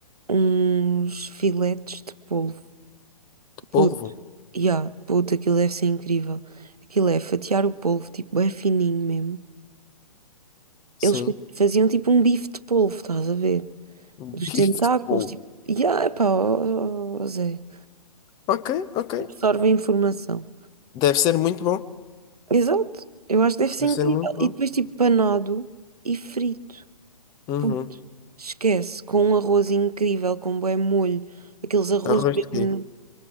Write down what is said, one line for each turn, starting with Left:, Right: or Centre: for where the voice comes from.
Right: Uns filetes de polvo. Puto,
Left: Polvo?
Right: yeah, puto, aquilo deve ser incrível. Aquilo é fatiar o polvo, tipo, é fininho mesmo.
Left: Sim.
Right: Eles faziam tipo um bife de polvo, estás a ver?
Left: Um
Right: Dos
Left: Bife
Right: tentáculos,
Left: de polvo.
Right: tipo, yeah, epá, ó, ó, ó, Zé,
Left: Ok, ok.
Right: absorve a informação.
Left: Deve ser muito bom.
Right: Exato, eu acho que deve ser
Left: Deve
Right: incrível.
Left: ser muito bom.
Right: E depois, tipo, panado e frito.
Left: Uhum.
Right: Puto, esquece, com um arroz incrível, com bué molho. Aqueles arroz
Left: Arroz
Right: mesmo.
Left: de quê?